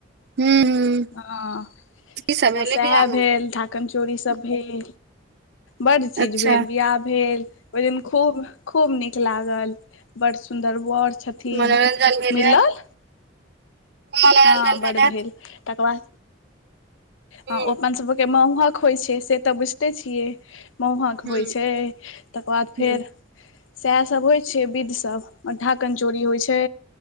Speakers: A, on the right; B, on the left.
A: हूं
B: हॅंअ
A: की सब
B: तऽ
A: भेलै
B: सेएहे
A: बियाह मे
B: भेल। कमजोरी सब भेल बड्ड चीज
A: अच्छा
B: भेल बियाह भेल ओइ दिन खूब, खूब नीक लागल बड़ सुंदर बड़ छथीन
A: मनोरंजन भेल
B: मिल्लल।
A: हैत मनोरंजन
B: हँ बड़ भेल
A: हैत
B: तकर बाद
A: हूं
B: ह ओ अपन सभके महुहक होइ छै से तऽ बुझिते छियै। महुहक
A: हूं
B: होइ छै तकर बाद
A: हूं
B: फेर सेएहसब होइ छै बिध सब ढा़कन चोरी होइ छै